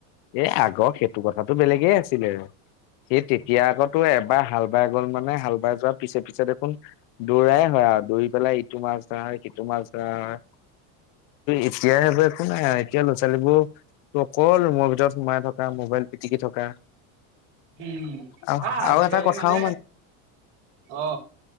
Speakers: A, on the left (about 55°); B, on the right (about 65°).
A: এ আগৰ সেইটো কথাটো বেলেগে আছিলে সেই তেতিয়া
B: উম
A: আক' তোৰ এবাৰ হাল বাই গ'ল মানে হাল বাই যোৱাৰ পিছে পিছে দেখোন দৌৰাই হয় আৰু দৌৰি পেলাই ইটো মাছ ধৰা হয় সিটো মাছ ধৰা হয়। এতিয়া একো নাই এতিয়া ল'ৰা ছোৱালীবোৰ তোৰ অকল ৰুমৰ ভি ভিতৰত সোমাই থকা মোবাইল পিটিকি থকা
B: উম
A: আৰু
B: অ আজিকালি
A: আৰু এটা কথাও
B: মানে অ